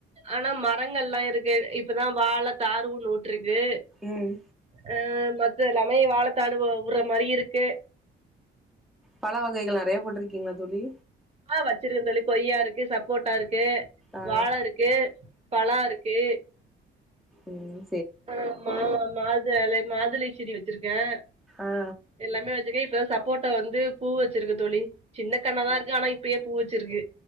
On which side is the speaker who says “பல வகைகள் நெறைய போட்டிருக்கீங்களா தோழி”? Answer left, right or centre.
Centre